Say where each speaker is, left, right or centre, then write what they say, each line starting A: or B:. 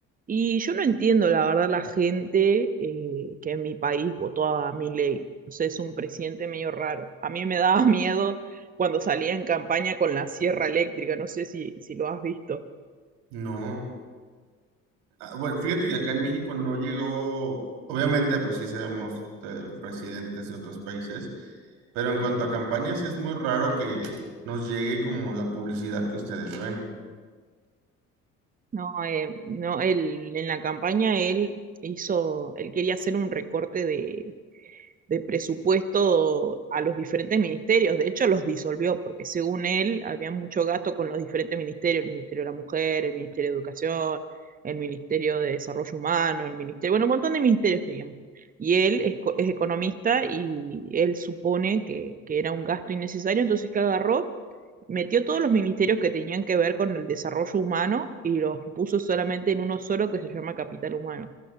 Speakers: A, on the right (about 20°); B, on the right (about 60°).
A: Y yo no entiendo, la verdad, la gente eh, que en mi país votó a Milei. O sea, es un presidente medio raro. A mí me daba <laughs> miedo cuando salía en campaña con la sierra eléctrica. No sé si, si lo has visto.
B: No. Ah, bueno, fíjate que acá en México no llegó, obviamente, pues sí sabemos eh, presidentes de otros países, pero en cuanto a campañas es muy raro que nos llegue como la publicidad que ustedes ven.
A: No, eh, no, él, en la campaña él hizo, él quería hacer un recorte de, de presupuesto a los diferentes ministerios. De hecho, los disolvió, porque según él había mucho gasto con los diferentes ministerios, el Ministerio de la Mujer, el Ministerio de Educación, el Ministerio de Desarrollo Humano, el Ministerio, bueno, un montón de ministerios teníamos. Y él es, es economista y él supone que, que, era un gasto innecesario, entonces que agarró metió todos los ministerios que tenían que ver con el desarrollo humano y los puso solamente en uno solo que se llama Capital Humano.